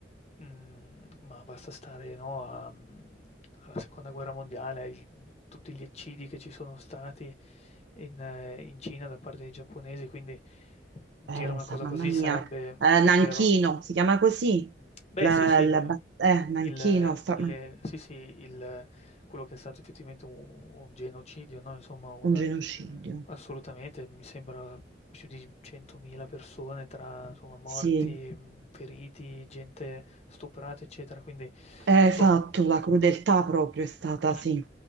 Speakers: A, on the left; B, on the right.
A: Mhmm, ma basta stare, no, a mhmm, alla seconda guerra mondiale, ai tutti gli eccidi che ci sono stati in eh, in Cina da parte dei giapponesi, quindi dire
B: Eh,
A: una
B: sa-
A: cosa
B: mamma
A: così
B: mia,
A: sarebbe
B: Eh,
A: davvero
B: Nanchino, si chiama così?
A: Beh
B: La,
A: sì, sì,
B: la
A: uhm,
B: bat- eh, Nanchino,
A: il
B: sta-
A: le
B: ma-
A: sì, sì, il quello che è stato effettivamente u un genocidio, no, insomma un
B: un genocidio.
A: Assolutamente, mi sembra più di 100.000 persone tra, insomma, morti,
B: Sì,
A: mhmm, feriti, gente stuprata, eccetera, quindi
B: Eh,
A: insomma
B: esatto, la crudeltà proprio è stata,
A: Mh.
B: sì.